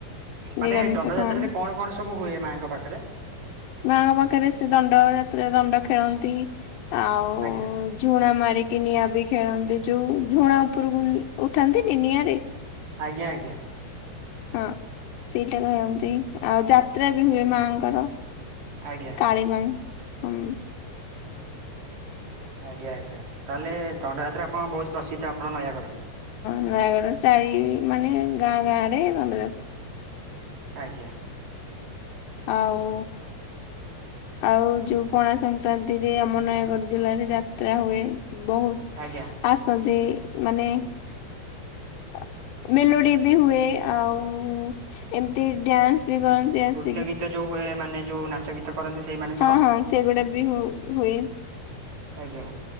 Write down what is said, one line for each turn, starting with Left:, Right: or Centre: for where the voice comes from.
Right: ମାନେ
Left: ନିରାମିଷ
Right: ଦଣ୍ଡଯାତ୍ରାରେ
Left: ଖାଆନ୍ତି।
Right: କଣ କଣ ସବୁ ହୁଏ ମାଆଙ୍କ ପାଖେରେ?
Left: ମାଆଙ୍କ ପାଖେରେ ସେ ଦଣ୍ଡଯାତ୍ରାରେ ଦଣ୍ଡ ଖେଳନ୍ତି ଆଉ
Right: ଆଜ୍ଞା
Left: ଝୁଣା ମାର୍ ରିକି ନିଆଁ ବି ଖେଳନ୍ତି। ଯୋଉ ଝୁଣା ଉପରୁକୁ ଉଠାନ୍ତିନି ନିଆଁରେ?
Right: ଆଜ୍ଞା ଆଜ୍ଞା।
Left: ହଁ ସେଇଟା କରନ୍ତି। ଆଉ ଯାତ୍ରା ବି ହୁଏ ମାଆଙ୍କର।
Right: ଆଜ୍ଞା
Left: କାଳୀ ମାଆ ହୁଁ।
Right: ଆଜ୍ଞା ଆଜ୍ଞା ତାହେଲେ ଦଣ୍ଡଯାତ୍ରା ଆପଣଙ୍କ ବହୁତ ପ୍ରସିଦ୍ଧ ଆପଣଙ୍କ ନୟାଗଡ଼ରେ?
Left: ନୟାଗଡ଼ର ଚାରି ମାନେ ଗାଁ ଗାଁରେ ଦଣ୍ଡଯା
Right: ଆଜ୍ଞା।
Left: ଆଉ ଆଉ ଯୋଉ ପଣା ସଂକ୍ରାନ୍ତିରେ ଆମ ନୟାଗଡ ଜିଲ୍ଲାରେ ଯାତ୍ରା ହୁଏ। ବହୁତ
Right: ଆଜ୍ଞା
Left: ଆସନ୍ତି ମାନେ ଆ ମେଲୋଡି ବି ହୁଏ ଆଉ ଏମିତି ଡ୍ୟାନ୍ସ ବି କରନ୍ତି ଆସ୍
Right: ତ ଗୀତ ଯୋଉ ହୁଏ ମାନେ ଯୋଉ ନାଚ ଗୀତ କରନ୍ତି ସେଇମାନେ
Left: ହଁ
Right: ତ?
Left: ହଁ ସେଗୁଡା ବି ହୁ ହୁଏ।
Right: ଆଜ୍ଞା।